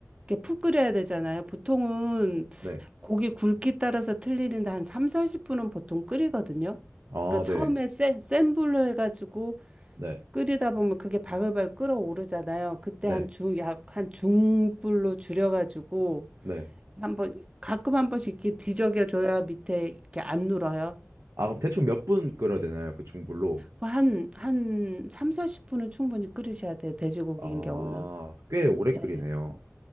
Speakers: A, on the right (about 20°); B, on the right (about 80°).
A: 이렇게 푹 끓여야 되잖아요. 보통은
B: 네.
A: 고기 굵기 따라서 틀리는데 한 3, 40분은 보통 끓이거든요.
B: 아,
A: 그러니까
B: 네,
A: 처음에 센, 센 불로 해가지고
B: 네,
A: 끓이다 보면 그게 바글바글 끓어오르잖아요. 그때
B: 네,
A: 한 중, 약, 한 중불로 줄여가지고
B: 네.
A: 한번, 가끔 한 번씩 이렇게 뒤적여줘야 밑에 이렇게 안 눌어요.
B: 아, 그럼 대충 몇 분 끓여야 되나요? 그 중불로?
A: 뭐 한, 한 3, 40분은 충분히 끓이셔야 돼요. 돼지고기인
B: 아,
A: 경우는.
B: 꽤 오래
A: 네네.
B: 끓이네요.